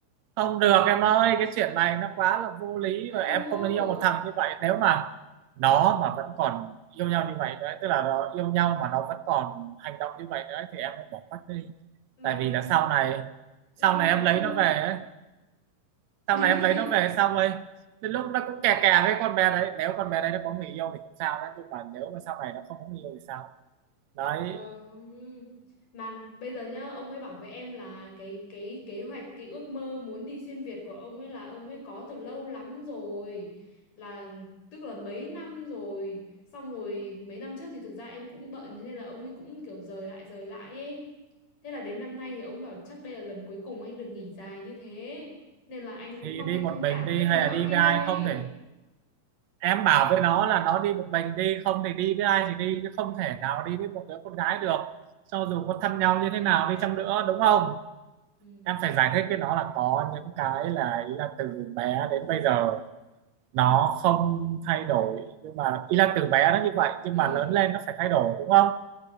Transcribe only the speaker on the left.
Ừ.
Mà
nghe
đáng
thương.
<laughs>
Lấy
nó
về.
Trời ơi. Mà bây giờ nhá, ông ấy bảo với em là cái cái kế hoạch, cái ước mơ muốn đi xuyên Việt của ông ấy là ông ấy có từ lâu lắm rồi. Là tức là mấy năm rồi. Xong rồi mấy năm trước thì thực ra em cũng bận thế nên là ông ấy cũng kiểu rời lại rời lại ấy. Thế là đến năm nay thì ông bảo chắc đây là lần cuối cùng anh được nghỉ dài như thế. Nên là anh cũng
mong
em
thông
cảm
các
thứ
nọ
kia
ấy.
Ừ.
Ừ.